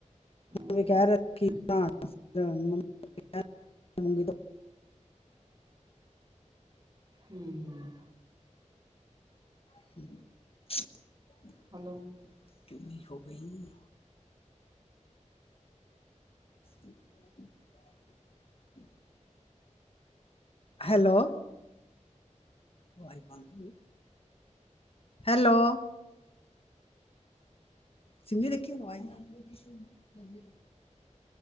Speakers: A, on the right; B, on the left.
A: ਹਾਂਅ।
B: ਵੀ ਕਹਿ ਰਹੇ ਕਿ <unintelligible>
A: ਹੰ।
B: <unintelligible>
A: ਹੈਲੋ।
B: ਕਿਨੀ ਹੋ ਗਈ <unintelligible> ਹੈਲੋ। ਵਾਈ ਫਾਲਤੂ ਏ ਹੈਲੋ। ਸਿੰਮੀ ਦੇਖੀ <unintelligible>